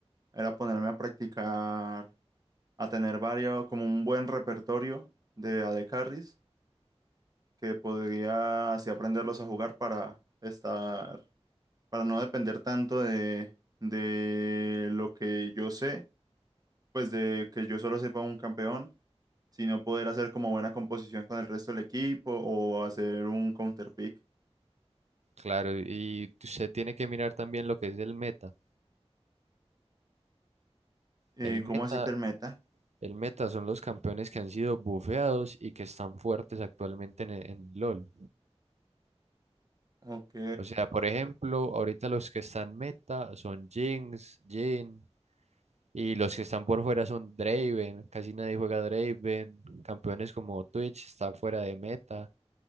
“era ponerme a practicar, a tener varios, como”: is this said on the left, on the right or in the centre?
Right